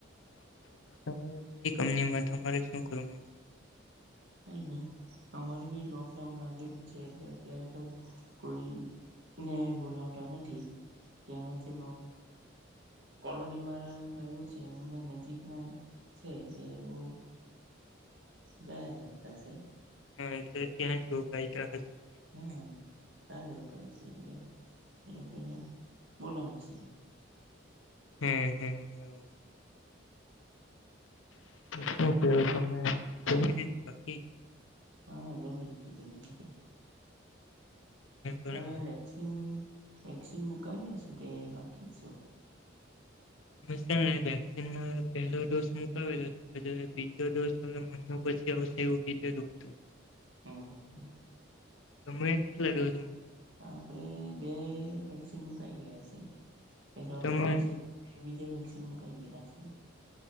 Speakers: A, on the left; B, on the right.
A: તમારે કઈ કંપનીમાં તમારે શું કરવું
B: કઈ નહી અમને બી લોકડાઉન લાગેલું છે એટલે અત્યારે તો કોઈને બોલાવતા નથી ત્યાંનો જે કોલોની વાળા ભાઈઓ છે એમને નજીક ના છે એટલે એવુ જાય કરતાશે
A: હા એટલે ત્યાં જ <unintelligible>
B: હમ્મ તા જ રો કાઈ છે એટલે એવું કેને બોલાવેશે
A: હમ્મ હમ્મ બરાબર છે. શું કેવ તમે જમી લીધું કે બાકી
B: હા જમી લીધું જમી લીધું
A: અમે પણ
B: તમે વેક્સિન વેક્સિન મુકાવ્યા છો કે બાકી જ છો
A: હ સર વેક્સિન ની પહેલો ડોઝ મુકાવલો છે બીજો ડોઝ મયનો પછી આવશે એવું કીધેલું હતું.
B: હમ્મ હમ્મ
A: તમે કેટલા <unintelligible>
B: આપડે બે વેક્સિન મુકાઈ ગયા છે. પેલો
A: તમારે
B: વેક્સિન બીજા વેક્સિન મુકાઈ ગયેલા છે.